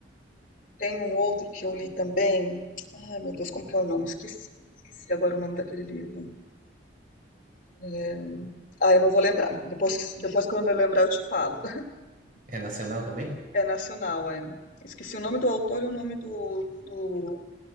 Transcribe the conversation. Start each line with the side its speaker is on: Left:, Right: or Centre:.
Left: Tem um outro que eu li também. Ai, meu Deus, como que é o nome? Esqueci, esqueci agora o nome daquele livro. É, Ah, eu não vou lembrar. Depois, depois quando eu lembrar, eu te falo.
Right: É nacional também?
Left: É nacional, é. Esqueci o nome do autor e o nome do, do,